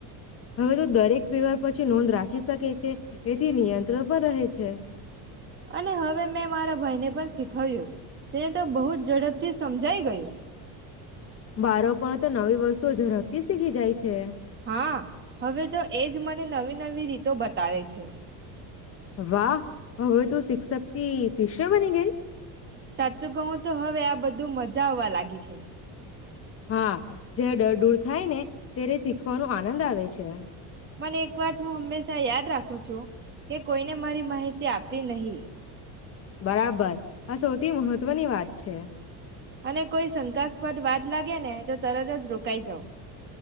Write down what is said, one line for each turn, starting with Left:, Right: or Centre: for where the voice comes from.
Left: હવે તો દરેક વ્યવહાર. પછી નોંધ રાખી શકે છે. એથી નિયંત્રણ. પણ રહે છે.
Right: અને હવે મેં મારા ભાઈને પણ શીખવ્યું તેને તો બહુ જ ઝડપથી સમજાઈ ગયું.
Left: બારકોણ તો. નવી વસ્તુ ઝડપથી શીખી જાય છે.
Right: હા હવે તો એજ મને નવી-નવી રીતો બતાવે છે.
Left: વાહ હવે તું શિક્ષક થી શિષ્ય બની ગઈ.
Right: સાચું કહું તો હવે બધું મજા આવવા લાગી છે.
Left: હા જયારે ડર દૂર થાય ને ત્યારે શીખવાનું આનંદ આવે છે.
Right: પણ એક વાત હું હંમેશા યાદ રાખું છું કે કોઈને મારી માહિતી આપવી નહી.
Left: બરાબર આ સૌથી મહત્વની વાત છે.
Right: અને કોઈ શંકાસ્પદ વાત લાગે ને તો તરત જ રોકાઈ જાવ.